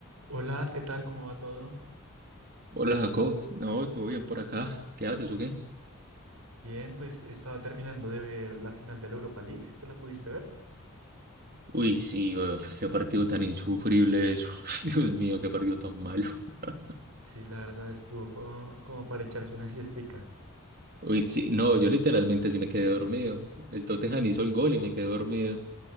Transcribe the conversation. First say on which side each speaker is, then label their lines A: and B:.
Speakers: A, on the right; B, on the right.
A: Hola, ¿qué tal? ¿Cómo va todo?
B: Hola Jacob, no, todo bien por acá. ¿Qué haces o qué?
A: Bien, pues estaba terminando de ver la final de la Europa League, si te la pudiste ver.
B: Uy, sí, uf, qué partido tan insufrible eso. <laughs> Dios mío, qué partido tan malo. <laughs>
A: Sí, la verdad estuvo como, como para echarse una siestica.
B: Uy, sí, no, yo literalmente sí me quedé dormido. El Tottenham hizo el gol y me quedé dormido.